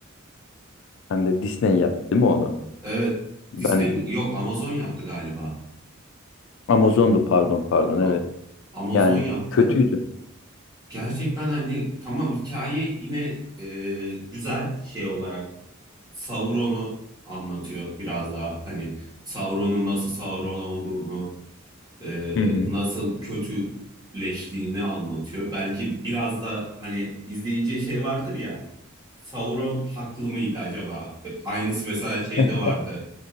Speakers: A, on the left; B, on the right.
A: Hem de Disney yaptı değil mi onu?
B: Evet,
A: Ben
B: Disney mi? Yok, Amazon yaptı galiba.
A: Amazon'du pardon pardon
B: A-
A: evet.
B: Amazon
A: Yani
B: yaptı.
A: kötüydü.
B: Gerçekten hani tamam hikaye yine e, güzel şey olarak Sauron'u anlatıyor biraz daha hani Sauron'un nasıl Sauron olduğunu e,
A: Hı hı.
B: nasıl kötüleştiğini anlatıyor. Belki biraz da hani izleyiciye şey vardır ya Sauron haklı mıydı acaba? E, Aynısı mesela şeyde
A: <laughs>
B: vardı